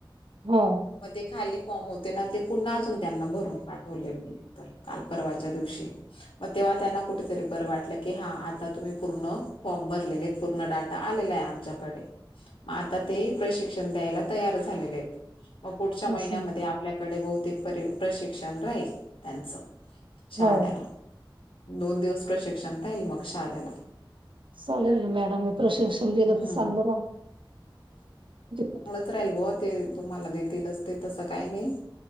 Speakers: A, on the right; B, on the left.
A: हो.
B: मग ते खाली फॉर्म होते ना ते पुन्हा अजून त्यांना भरून पाठवले मी. तर काल परवाच्या दिवशी. मग तेव्हा त्यांना कुठेतरी बर वाटलं की हा आता तुम्ही पूर्ण फॉर्म भरलेले पूर्ण डा टा आलेल आहे आमच्याकडे, मग आता ते प्रशिक्षण द्यायला तयारच झालेले आहेत, मग पुढच्या महिन्यामध्ये
A: असं
B: आप आपल्याकडे बहुतेक प्र प्रशिक्षण राहील त्यांच, शहाद्याला.
A: हो.
B: दोन दिवस प्रशिक्षण राहील मग शाध्याला.
A: चालेल ना मॅडम मी प्रशिक्षण दलं
B: हम्म
A: तर चांगलं <unintelligible>
B: त्राईल बो ते तुम्हाला देतीलच ते तसं काही नाही.